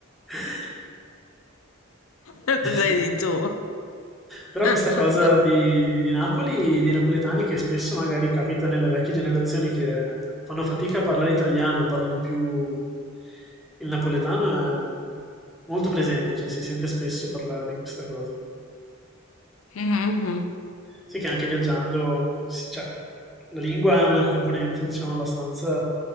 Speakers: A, in the centre; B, on the left.
A: <laughs>
B: Lo credi
A: Sì.
B: tu?
A: Però
B: <laughs>
A: questa cosa di, di Napoli, dei napoletani, che spesso magari capita nelle vecchie generazioni che fanno fatica a parlare italiano e parlano più il napoletano, è molto presente, cioè si sente spesso parlare di questa cosa.
B: Mhm.
A: Sì che anche viaggiando, sì, cioè, la lingua è una componente, diciamo, abbastanza